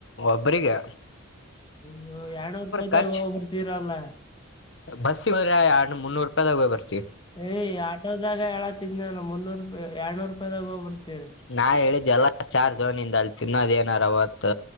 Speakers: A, on the left; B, on the left.
A: ಒಬ್ಬ್ರಿಗೆ
B: ಯ್ಯೋ ಎಏಡ್ನೂರು ರೂಪಾಯ್ದಾಗ
A: ಖರ್ಚ್
B: ಹೋಗ್ಬಿರ್ತೀರಲ್ಲ
A: ಬಸ್ಸಿಗೆ ಹದ್ರೆ ಎರಡು ಮುನ್ನೂರು ರೂಪಾಯಿದಾಗ ಬರ್ತಿವಿ
B: ಯ್ ಆಟೋದಾಗ ಹೇಳಾತಿದ್ ನಾನು ಮುನ್ನೂರು ರೂಪಾಯಿ ಎರ್ಡುನೂರು ರೂಪಾಯದಾಗ ಹೋಗ್ಬಿರ್ತರಿ
A: ನಾ ಹೇಳಿದ್ದ್ ಎಲ್ಲ ಚಾರ್ ಝೋನಿಂದ ಅಲ್ಲಿ ತಿನ್ನೋದ್ ಏನಾರ ಅವತ್